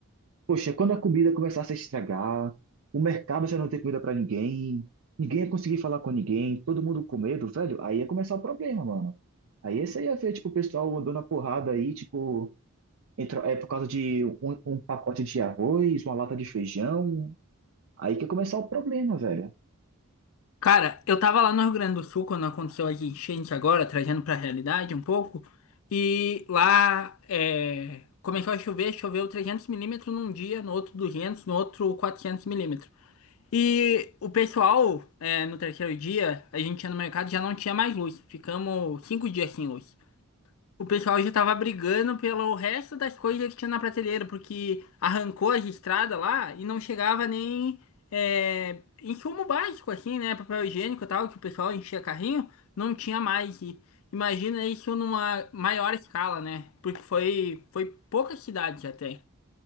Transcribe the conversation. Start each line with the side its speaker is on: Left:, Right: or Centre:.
Right: Poxa, quando a comida começasse a estragar, o mercado já não ter comida para ninguém, ninguém ia conseguir falar com ninguém, todo mundo com medo, velho, aí ia começar o problema, mano. Aí esse aí ia ver, tipo, o pessoal andando na porrada aí, tipo, Entrou, é por causa de um, um pacote de arroz, uma lata de feijão. Aí que começar o problema, velho.
Left: Cara, eu tava lá no Rio Grande do Sul quando aconteceu as enchentes agora, trazendo para a realidade um pouco. E lá é, começou a chover, choveu 300 milímetros num dia, no outro 200, no outro 400 milímetros. E o pessoal, é, no terceiro dia, a gente ia no mercado e já não tinha mais luz. Ficamos cinco dias sem luz. O pessoal já tava brigando pelo resto das coisas que tinha na prateleira, porque arrancou as estradas lá e não chegava nem é, insumo básico, assim, né? Papel higiênico e tal, que o pessoal enchia carrinho, não tinha mais. E imagina isso numa maior escala, né? Porque foi, foi poucas cidades até.